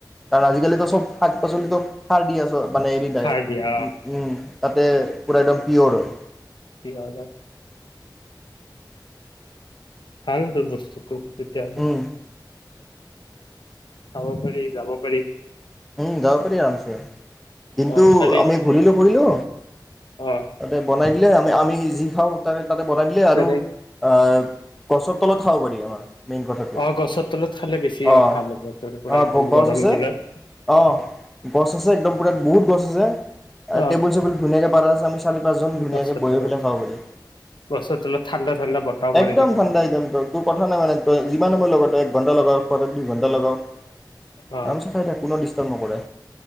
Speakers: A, in the centre; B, on the left.
A: আৰ আজিকালিতো সব শাক পাচলিতো সাৰ দি আছ,
B: সাৰ দিয়া
A: <unintelligible> তে পূৰা একদম পিয়'ৰ হয়।
B: <inaudible> ভাল তোৰ বস্তু তেতিয়া হলে
A: উম
B: চাব পাৰি, যাব পাৰি
A: উম যাব পাৰি আৰামছে দিনটো
B: অ খালি
A: আমি ঘূৰিলো ফুৰিলো
B: অ
A: তাতে বনাই। দিলে, আমি আমি যি খাওঁ তাকে তাতে বনাই দিলে, আৰু
B: তাৰে
A: অ' গছৰ তলত খাব পাৰি আমাৰ। মেইন কথাটো
B: অ, গছৰ তলত খালে বেছি
A: অ
B: ভাল হ'ব তোৰ পুৰা
A: অ'
B: একদম
A: গছ
B: গৰম
A: আছে
B: দিনত।
A: অ, গছ আছে, একদম পুৰা বহুত গছ আছে,
B: অ
A: টেবুল চেবুল ধুনীয়াকে পাৰা আছে চাৰি পাঁচজন ধুনীয়াকে
B: গছৰ
A: বহি
B: তলত
A: পেলাই খাব পাৰি।
B: গছৰ তলত ঠাণ্ডা ঠাণ্ডা বতাহ মাৰি
A: একদম
B: থাকিব
A: ঠাণ্ডা একদম তোৰ, তোৰ কথা <unintelligible> যিমান সময় লগত এক ঘণ্টা লগাওঁ <unintelligible> দুই ঘণ্টা লগাৱ
B: অ
A: আৰামছে খাই থাকো ন ডিচ <unintelligible> নকৰে।